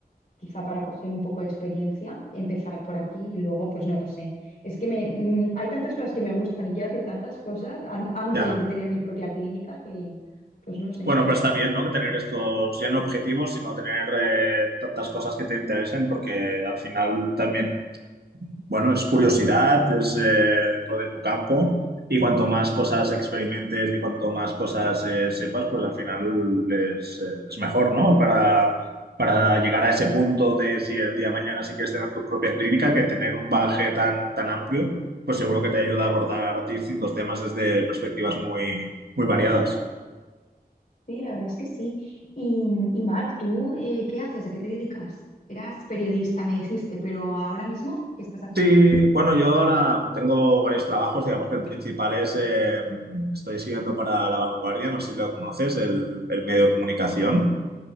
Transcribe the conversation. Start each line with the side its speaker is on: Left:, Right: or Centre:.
Left: quizá para coger un poco de experiencia, empezar por aquí y luego, pues no sé. Es que me, mm, hay tantas cosas que me gustan y quiero hacer tantas cosas an- antes
Right: Ya.
Left: de tener mi propia clínica que, pues no sé.
Right: Bueno, pero está bien, ¿no? Que tener estos ya no objetivos, sino tener eh, tantas cosas que te interesen, porque al final también, bueno, es curiosidad, es eh, dentro de tu campo, y cuanto más cosas experimentes y cuanto más cosas eh, sepas, pues al final es, eh, es mejor, ¿no? Para, para llegar a ese punto de si el día de mañana sí quieres tener tu propia clínica, que tener un baje tan, tan amplio, pues seguro que te ayuda a abordar distintos temas desde perspectivas muy, muy variadas.
Left: Sí, la verdad es que sí. Y, y Marc, ¿tú eh, qué haces? ¿A qué te dedicas? Eras periodista, me dijiste, pero ahora mismo, ¿qué estás haciendo?
Right: Sí, bueno, yo ahora tengo varios trabajos, digamos que el principal es, eh, estoy siguiendo para La Vanguardia, no sé si lo conoces, el, el medio de comunicación.